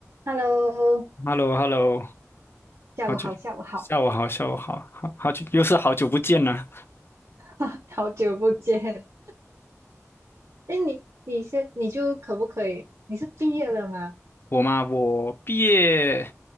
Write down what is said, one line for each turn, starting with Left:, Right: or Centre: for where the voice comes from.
Right: Hello，
Left: h e l l o h e l l o
Right: 下午好，
Left: 好久，
Right: 下午好，
Left: 下午好，下午好，好好久，又是好久不见了。
Right: <laughs> 好久不见。哎，你你先，你就可不可以？你是毕业了吗？
Left: 我嘛，我毕业